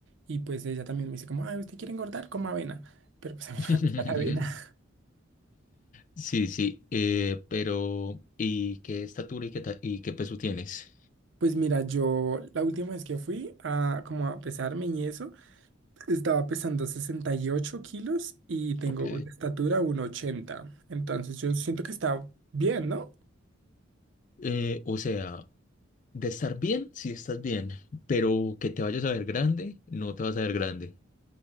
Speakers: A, on the right; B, on the left.
A: Y pues ella también me dice como, ah, ¿usted quiere engordar? Coma avena. Pero pues a mí
B: <laughs>
A: no me gusta la avena. <laughs>
B: Sí, sí, eh, pero ¿y qué estatura y qué, ta- y qué peso tienes?
A: Pues mira, yo la última vez que fui a como a pesarme y eso, estaba pesando 68 kilos y tengo
B: Ok,
A: de estatura uno ochenta Entonces yo siento que está bien, ¿no?
B: Eh, o sea, de estar bien, sí estás bien, pero que te vayas a ver grande, no te vas a ver grande.